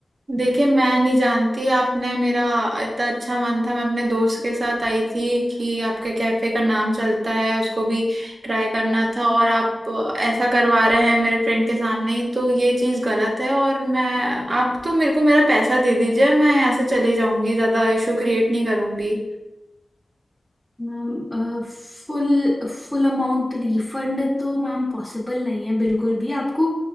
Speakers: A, on the right; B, in the centre.
A: देखिए मैं नहीं जानती आपने मेरा इतना अच्छा मन था मैं अपने दोस्त के साथ आई थी कि आपके कैफे का नाम चलता है उसको भी ट्राई करना था और आप ऐसा करवा रहे हैं मेरे फ्रेंड के सामने ही तो ये चीज़ गलत है और मैं आप तो मेरे को मेरा पैसा दे दीजिए मैं यहाँ से चली जाऊंगी ज़्यादा इशू क्रिएट नहीं करूंगी
B: Ma'am full full amount refund तो मैम पॉसिबल नहीं है बिल्कुल भी आपको